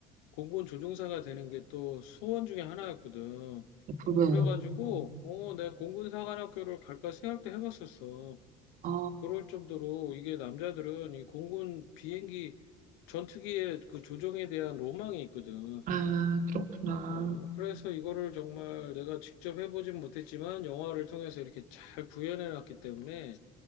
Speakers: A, on the left (about 80°); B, on the right (about 55°).
A: 공군 조종사가 되는 게 또 소원 중에 하나였거든.
B: <laughs> 그래.
A: 그래가지고, 어, 내가 공군 사관학교를 갈까 생각도 해봤었어.
B: 아,
A: 그럴 정도로 이게 남자들은 이 공군 비행기 전투기의 그 조종에 대한 로망이 있거든.
B: 아, 그렇구나.
A: 어, 그래서 이거를 정말 내가 직접 해보진 못했지만 영화를 통해서 이렇게 잘 구현해 놨기 때문에